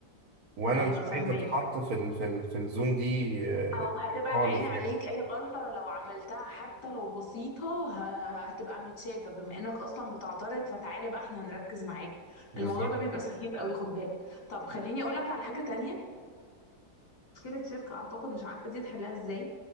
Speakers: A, on the right; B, on the left.
A: وانا
B: ايوه
A: مش
B: فاهمك
A: عايز اتحط في ال... في ال... في الزون دي آه،
B: او هتبقى
A: خالص
B: العين عليك
A: يعني
B: اي غلطة لو عملتها حتى لو بسيطة ه- هتبقى متشافة بما انك اصلا بتعترض فتعالى بقى احنا هنركز معاك
A: بالظبط
B: الموضوع ده بيبقى سخيف قوي خد بالك طب خليني اقولك على حاجة تانية مشكلة شركة أعتقد مش عارفة دي تحلها إزاي